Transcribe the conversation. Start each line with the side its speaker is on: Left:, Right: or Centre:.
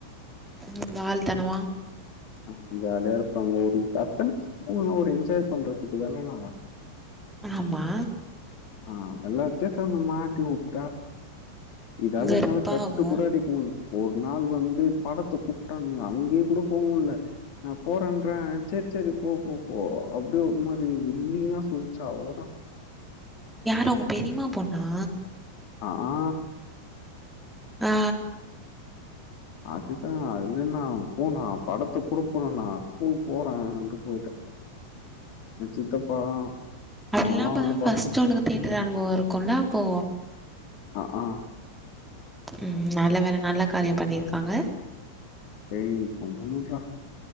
Centre: ம் வால்தனமா
Left: ஆ ஜாலியா இருப்பாங்க ஒரு பத்து நிம்சம் ஸ்கூல்னா ஒரு எஞ்ஜாய் பண்றதுக்கு தானேடா
Centre: ஆமா
Left: ஆ எல்லார் கேக்காம மாட்டி உட்டா இதால
Centre: வெறுப்பாகு
Left: என்னால கட்டு கூட அடிக்க முல்ல ஒரு நாள் வந்து படத்துக் கூப்பிட்டானுங்க அங்கேயே கூடோ போ முல்ல நா போறேன்ற செரி செரி போ போ போ அப்டியே ஒரு மாரி வில்லிங்கா சொல்லுச்சு அவ்ளோதா
Centre: யாரு உங்க பெரியமா பொண்ணா
Left: அ ஆ
Centre: ஆ
Left: அதுதா அதுல நா போனா படத்துக்கூட போல நா ஸ்கூலுக் போறேன்ட்டு போய்டே ஏ சித்தப்பா
Centre: அப்டிலாம்பா
Left: அவன்லாம் வந்து
Centre: ஃபர்ஸ்ட்டு
Left: படத்துக்கு
Centre: உனக்கு
Left: போயிட்டான்.
Centre: தேட்டர் அனுபவோ இருக்குல்ல அப்போ
Left: அ ஆ
Centre: ம் நல்ல வேல நல்ல காரியம் பண்ணிருக்காங்க
Left: ஏய் கம்முனுருறா